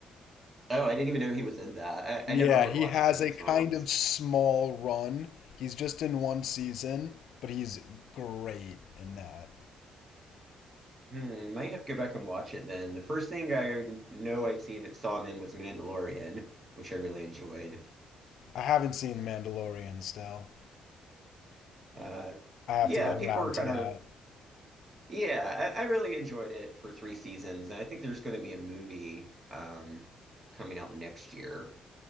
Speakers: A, on the right; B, on the left.
A: Oh, I didn't even know he was in that.
B: Yeah,
A: I, I never really
B: he
A: watched
B: has
A: Game
B: a
A: of
B: kind
A: Thrones.
B: of small run. He's just in one season, but he's great in that.
A: Hmm, might have to go back and watch it then. The first thing I know I see that saw him in was Mandalorian, which I really enjoyed.
B: I haven't seen The Mandalorian still.
A: Uh,
B: I have
A: yeah,
B: to get
A: people
B: around
A: were
B: to
A: kind
B: that.
A: of yeah. I, I really enjoyed it for three seasons, and I think there's going to be a movie um, coming out next year.